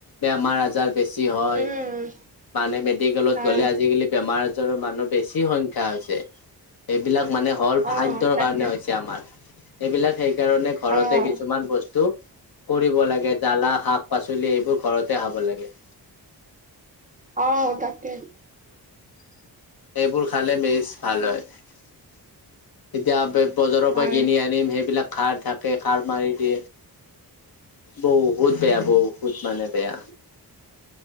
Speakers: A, on the left; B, on the right.
A: বেমাৰ আজাৰ বেছি চি, হয়
B: উম।
A: মানে মেডিকেলত
B: হয়,
A: গ'লে আজিকালি বেমাৰ জৰ, মানুহ বেছি সংখ্যা হৈছে। এইবিলাক মানে হ'ল
B: অ'
A: খাদ্যৰ
B: তাকে,
A: কাৰণে হৈছে আমাৰ। এইবিলাক সেইকাৰণে ঘৰতে
B: অ',
A: কিছুমান বস্তু কৰিব লাগে, জ্বালা শাক-পাচলি এইবোৰ ঘৰতে খাব লাগে।
B: অ, তাকে।
A: এইবোৰ খালে মেজ ভাল হয়, তেতিয়া বজাৰৰ
B: হয়।
A: পৰা কিনি আনিম, সেইবিলাক খাৰ থাকে, খাৰ মাৰি দি বহুত বেয়া, বহুত মানে বেয়া।